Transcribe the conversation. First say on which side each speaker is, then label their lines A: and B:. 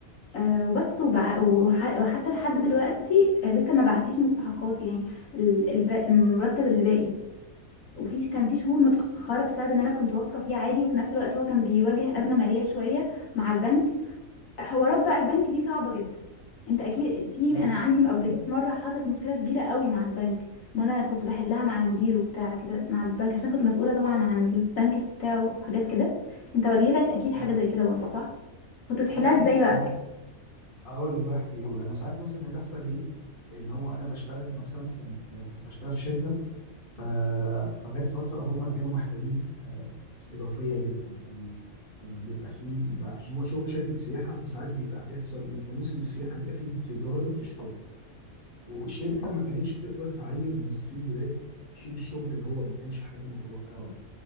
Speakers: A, on the left; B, on the left.
A: آه وبس وبع... وح... وحتى لحد دلوقتي آه لسه ما بعتليش مستحقات يعني ال- ال- المرتب اللي باقي وفي كان في شهور متأخرة بسبب ان انا كنت واثقة فيه عادي وفي نفس الوقت هو كان بيواجه أزمة مالية شوية مع البنك حوارات بقى البنك دي صعبة جدا انت اكيد في
B: اه
A: انا عندي قبل كده مرة حصلت مشكلة كبيرة قوي مع البنك وانا كنت بحلها مع المدير وبتاع كده مع البنك عشان كنت مسؤولة طبعا عن البنك بتاعه وحاجات كده انت واجهتك اكيد
B: اي
A: حاجة زي كده برضه صح كنت بتحلها
B: لا
A: ازاي
B: كتير
A: بقى
B: انا هقول لك بحكي بقى، انا ساعات مثلا كان بيحصل ايه اللي هو انا بشتغل مثلا كان كنت بشتغل في شركة ف... فجت فترة هم كانوا محتاجين آه، ناس إضافية جدا كان كان بيبقى فيه بيبقى عشان هو شو... شركة سياحة فساعات بيبقى بيحصل إيه في موسم السياحة بيبقى فيه انفجار في الشغل والشركة ما كانتش تقدر تعين موظفين جداد يشيلوا الشغل اللي هو ما كانش حد متوقعه ده